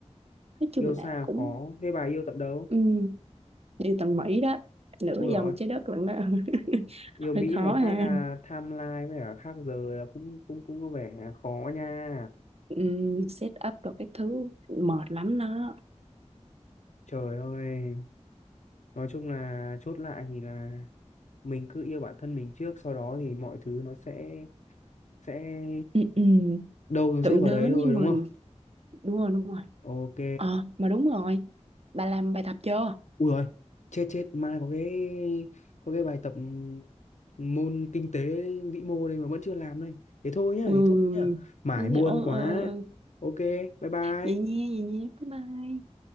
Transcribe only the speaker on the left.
yêu
xa
khó thế bà yêu tận đâu
ui dồi
ôi.
yêu
Mỹ
mà
khác à, timeline với cả khác giờ là cũng cũng cũng có vẻ khó nha
trời ơi nói chung là chốt lại thì là mình cứ yêu bản thân mình trước sau đó thì mọi thứ nó sẽ sẽ
đâu nó
sẽ vào
đấy thôi
đúng không
ok
ui rồi chết chết mai có cái có cái bài tập môn kinh tế vĩ mô đây mà vẫn chưa làm đây thế thôi nhá
thế thôi nhá mải
buồn
quá
ok bye bye